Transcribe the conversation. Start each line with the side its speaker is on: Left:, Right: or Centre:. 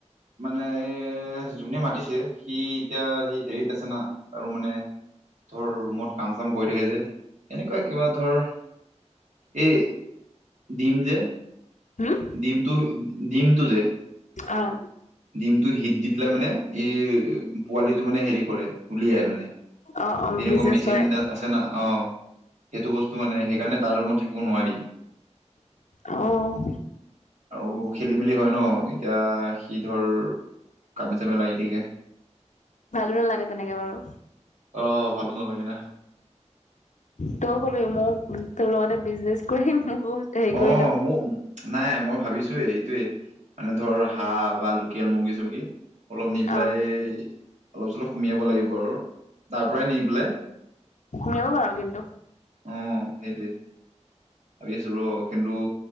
Right: মানে, এহ জোনে মাতিছে, সি এতিয়া সি হেৰিত আছে না, আৰু মানে ধৰ ৰুমত কাম চাম কৰি থাকে যে, এনেকুৱা কিবা ধৰ এই ডিম যে
Left: হুম,
Right: ডিমটোহ ডিমটো যে,
Left: অ',
Right: ডিমটো হিট দি পেলাই মানে এই পোৱালিটো মানে হেৰি কৰে, উলিয়াই মানে
Left: অ', অ',
Right: তেনেকুৱা
Left: বিজনেচ
Right: মেচিন
Left: কৰে।
Right: এটা আছে না, অ, সেইটো বস্তু মানে সেইকাৰণে তাৰ ৰুমত থাকিব নোৱাৰি।
Left: অ',
Right: আৰু খেলি-মেলি হয় ন? এতিয়া, সি ধৰ কামে চামে লাগি থাকে।
Left: ভালো নেলাগে তেনেকে বাৰু।
Right: অ'ভালো নালাগে না।
Left: তয়ো কবি, মোক তোৰ লগতে বিজনেচ কৰিম মোকো, হেৰি
Right: অ'মোক
Left: কৰি ল।
Right: নাই মই ভাবিছোঁয়েই, সেটোৱেই। মানে ধৰ হাঁহ বা লোক। কেল মুৰ্গি চুৰ্গি অলপ নি পেলাই
Left: অ',
Right: অলপ চলপ সুমিয়াব লাগিব আৰু তাৰ পৰাই নি পেলাই।
Left: সুমিয়াব পাৰা কিন্তু,
Right: অ'সেটোৱেই, ভাবি আছোঁ ৰ' কিন্তু